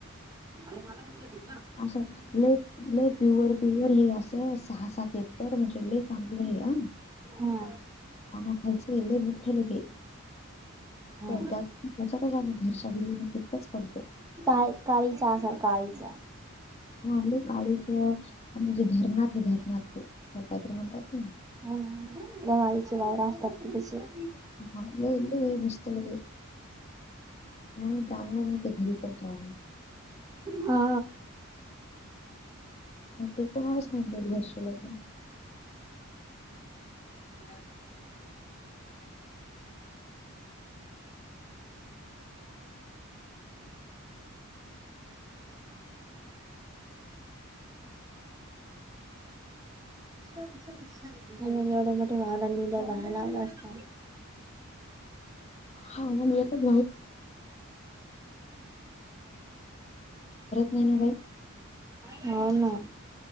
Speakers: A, on the right (about 15°); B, on the left (about 30°).
A: आणि मला विसरलीस ना.
B: <unintelligible> लय प्युअर, प्युअर हे असं सहा, सात एकर म्हणजे लय चांगलं आहे या.
A: हा
B: <unintelligible>
A: हा
B: <unintelligible>
A: का काळीचा असाल काळीचा.
B: हा काळीच म्हणजे धरणात आहे धरणात ते कायतरी म्हणतात ना.
A: हो. गवाळीची वावर असतात तशी <unintelligible>
B: <unintelligible> मस्त मध्ये म्हणून <unintelligible> दां मा ते घरी पणतो आहे.
A: हा.
B: ते कोणाच म्हंद घर्शलं <unintelligible> <inaudible>
A: म्हणून एवढे मोठे वाहनांनी डब्बा लावला असता.
B: <unintelligible> तरी सरत नाही ना बाई.
A: हो ना